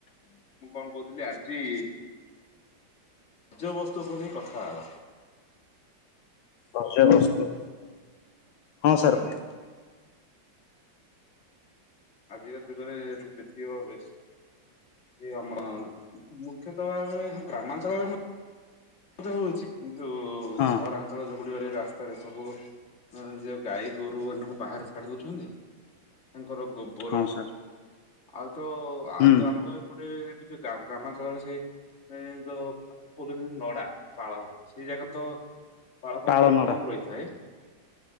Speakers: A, on the left (about 40°); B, on the left (about 80°).
A: ମୁଁ କଣ କହୁଥିଲି ଆଜି ବଜ୍ୟବସ୍ତୁ ଉପରେ ନେଇ କଥା ହେବା।
B: ବଜ୍ୟବସ୍ତୁ ହଁ, ସାର୍।
A: ହୁଁ ଆଜିକା ଯୁଗରେ <inaudible> ବେଶ ଇଏ ଆମର ମୁଖ୍ୟତଃ ଭାବରେ ଗ୍ରାମାଞ୍ଚଳରେ ବି ମ ମଧ୍ୟ ହଉଛି କିନ୍ତୁ
B: ହଁ
A: ସହରାଞ୍ଚଳ ଯଉ ଗୁଡିକରେ ରାସ୍ତାରେ ସବୁ ମାନେ ଯଉ ଗାଈ ଗୋରୁ ମାନଙ୍କୁ ବାହାରେ ଛାଡି ଦଉଛନ୍ତି, ତାଙ୍କର ଗୋବର
B: ହଁ ସାର୍
A: ଆଉ ତ ଆଉ
B: ହୁଁ
A: ତ ଆମର ଏପଟେ ଏମିତି ଗ୍ରାମ ଗ୍ରାମାଞ୍ଚଳରେ ସେ ସେ ଯୋଉ କହୁଛନ୍ତି ନଡା ପାଳ, ସେଇ ଜାଗା ତ ପାଳ
B: ପାଳନଡା
A: ଫାଳ ଟିକେ କମ୍ ରହିଥାଏ।